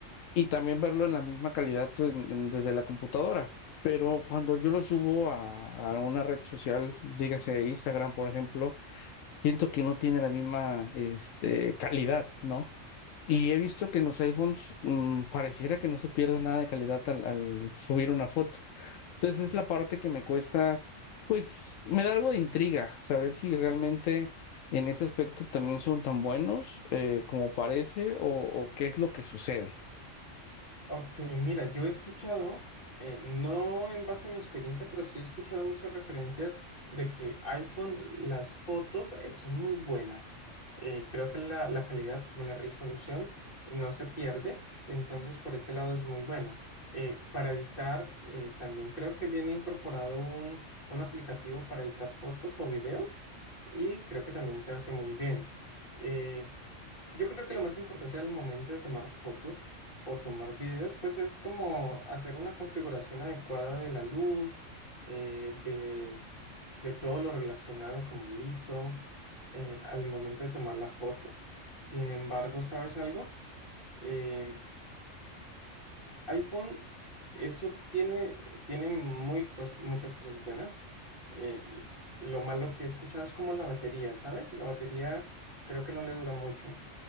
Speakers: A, on the left; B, on the left.
A: y también verlo en la misma calidad pues, en- en- desde la computadora. Pero cuando yo lo subo a, a una red social, dígase Instagram, por ejemplo, siento que no tiene la misma este, calidad, ¿no? Y he visto que en los iPhones mm, pareciera que no se pierde nada de calidad al, al subir una foto. Entonces es la parte que me cuesta, pues me da algo de intriga saber si realmente en ese aspecto también son tan buenos eh, como parece o o qué es lo que sucede.
B: Ok, mira, yo he escuchado, eh, no en base a mi experiencia, pero sí he escuchado muchas referencias de que iPhone, las fotos eh, son muy buenas. Eh, creo que la, la calidad como la resolución eh, no se pierde, entonces por ese lado es muy bueno. Eh, para editar, eh, también creo que viene incorporado un, un aplicativo para editar fotos o videos y creo que también se hace muy bien. Eh, yo creo que lo más importante al momento de tomar fotos o tomar videos, pues es como hacer una configuración adecuada de la luz, eh, de, de todo lo relacionado como el ISO, eh, al momento de tomar la foto. Sin embargo, ¿sabes algo? Eh, iPhone, eso tiene, tiene muy cos- muchas cosas buenas. Eh, lo malo que he escuchado es como la batería, ¿sabes? La batería creo que no le dura mucho.